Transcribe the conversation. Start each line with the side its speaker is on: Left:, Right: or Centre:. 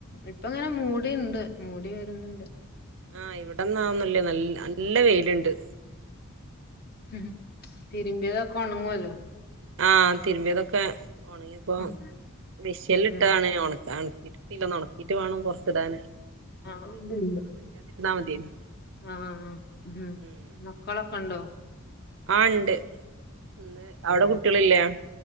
Left: ഇപ്പൊ ഇങ്ങനെ മു ഇവിടിണ്ട് മൂടി വര്ന്ന്ണ്ട്.
Right: ആഹ് ഇവടെ ഇന്ന് അതൊന്നുല്ല നല്ല നല്ല വെയില്ണ്ട്.
Left: ഹ് ഹ് മ് തിരുമ്പിയതൊക്കെ ഒണങ്ങൊല്ലോ.
Right: ആഹ് തിരുമ്പിയതൊക്കെ ഒണങ്ങിയപ്പം
Left: ഉം
Right: മിഷിന്ല് ഇട്ടതാണ്
Left: ഉം
Right: ഉണക്കാൻ ഒണക്കീട്ടിട്ടീല്ല ഒന്നൊണക്കി റ്റ് വാണം പൊറത്ത്ടാന്.
Left: ആഹ് ഇണ്ട്
Right: മതിയേനു
Left: ണ്ട് ആഹ് ഉഹും
Right: ഉം
Left: മക്കളൊക്കെ ണ്ടോ?
Right: ആഹ് ഇണ്ട്. ഇന്ന് അവിടെ കുട്ടിയെളില്ലേ?